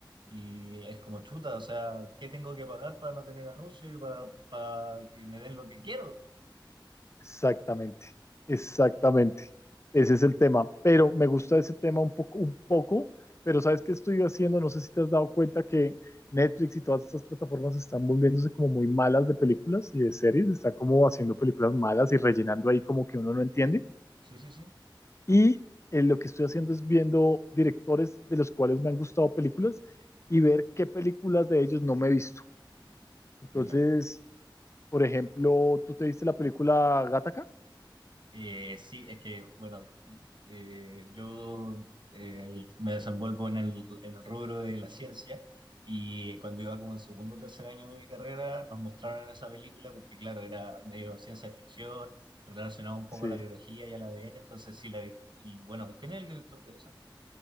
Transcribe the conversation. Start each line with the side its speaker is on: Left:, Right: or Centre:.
Right: Y es como chuta, o sea, ¿qué tengo que pagar para no tener anuncio y para, para que me den lo que quiero?
Left: Exactamente, exactamente. Ese es el tema. Pero me gusta ese tema un poco, un poco, pero ¿sabes qué estoy haciendo? No sé si te has dado cuenta que Netflix y todas estas plataformas están volviéndose como muy malas de películas y de series, están como haciendo películas malas y rellenando ahí como que uno no entiende.
Right: Sí, sí, sí.
Left: Y eh, lo que estoy haciendo es viendo directores de los cuales me han gustado películas y ver qué películas de ellos no me he visto. Entonces,
Right: Ya, y-
Left: por ejemplo, ¿tú te viste la película Gattaca?
Right: eh, sí, es que, bueno, eh, yo eh, me desenvuelvo en el, en el rubro de la ciencia y cuando iba como en segundo o tercer año de mi carrera nos mostraron esa película porque, claro, era medio ciencia ficción, relacionado un poco
Left: Sí.
Right: a la biología y al A D N entonces sí la he visto. Y bueno, ¿quién es el director de esa?